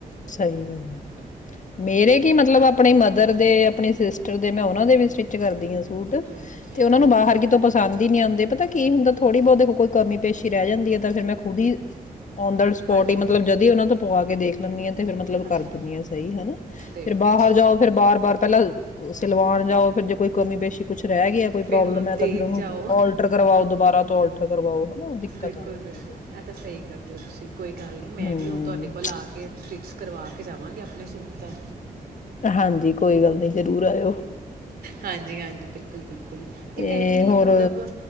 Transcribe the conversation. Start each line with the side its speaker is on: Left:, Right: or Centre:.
Left: ਸਹੀ ਗੱਲ ਮੇਰੇ ਕਿ ਮਤਲਬ ਆਪਣੇ ਮ ਦੇ ਆਪਣੇ ਸਿਸ ਦੇ ਮੈਂ ਉਹਨਾਂ ਦੇ ਵੀ ਸਟਿੱਚ ਕਰਦੀ ਆਂ ਸ ਸੂਟ
Right: ਚਲੋ
Left: ਤੇ
Right: ਇਹ
Left: ਉਹਨਾ
Right: ਤਾਂ ਬਹੁਤ
Left: ਨੂੰ ਬਾਹਰ
Right: ਵਧੀਆ
Left: ਕਿਤੋਂ
Right: ਗੱਲ
Left: ਪਸੰਦ
Right: ਹੈ
Left: ਹੀ ਨੀ ਆਂਦੇ ਪਤਾ ਕੀ ਹੁੰਦਾ ਥੋੜ੍ਹੀ ਬਹੁਤ ਕੋਈ ਕਮੀ ਪੇਸ਼ੀ ਰਹਿ ਜਾਂਦੀ ਹੈ ਤਾਂ ਫ਼ਿਰ ਮੈਂ ਖੁਦ ਹੀ ਓਨ ਦਾ ਸਪੋਟ
Right: ਹਾਂਜੀ
Left: ਹੀ ਮਤਲਬ ਜਦ ਉਹਨਾਂ ਤੋਂ ਪਵਾ ਕੇ ਦੇਖ ਤੇ ਫਿਰ ਮਤਲਬ
Right: ਹਾਂਜੀ
Left: ਕਰ ਦਿੰਦੀ ਹਾਂ ਸਹੀ ਹਨਾ
Right: ਦੇਖੋ
Left: ਫਰ ਬਾਹਰ ਜਾਓ ਫਿਰ ਬਾਰ ਬਾਰ ਪਹਿਲਾਂ ਸਿਲਵਾਨ ਜਾਂ ਉਹ ਫਿਰ ਜੇ ਕੋਈ ਕਮੀ ਪੇਸ਼ੀ ਕੁਛ ਰਹਿ ਗਿਆ ਕੋਈ
Right: ਫਿਰ
Left: ਪ੍ਰੋਬਲਮ
Right: ਉਹਨਾਂ ਨੂੰ
Left: ਹੈ ਤਾਂ
Right: ਦੇਣ
Left: ਫੇਿਰ ਉਹਨੂੰ
Right: ਜਾਓ
Left: ਔਲਟਰ ਕਰਵਾਓ ਦੁਬਾਰਾ ਤੋਂਲ ਠ ਕਰਵਾਓ ਹਨਾ ਉਹ ਦਿੱਕਤ
Right: ਬਿਲਕੁਲ
Left: ਆ ਜਾਂਦੀ
Right: ਬਿਲਕੁਲ
Left: ਹੈ ਬਹੁਤ
Right: ਇਹ ਤਾਂ ਸਹੀ ਕਰਦੇ ਹੋ ਤੁਸੀਂ ਕੋਈ ਗੱਲ ਨਹੀਂੀ ਮੈਂ
Left: ਹਮ
Right: ਵੀ ਹੁਣ ਤੁਹਾਡੇ ਕੋਲ ਆ ਕੇ ਸਵਿ ਕਰਵਾ ਕੇ ਜਾਵਾਂਗੇ ਆਪਣੇ ਸੂਟ ਦਾ
Left: ਹਾਂਜੀ ਕੋਈ ਗੱਲ ਨਹੀਂੀ ਜਰੂਰ ਆਇਓ
Right: ਹਾਂਜੀ ਹਾਂਜੀ ਬਿਲਕੁਲ ਬਿਲਕੁਲ ਨਹੀਂ
Left: ਤੇ
Right: ਮੈਂ ਵੀ
Left: ਹੋਰ
Right: ਮਤਲਬ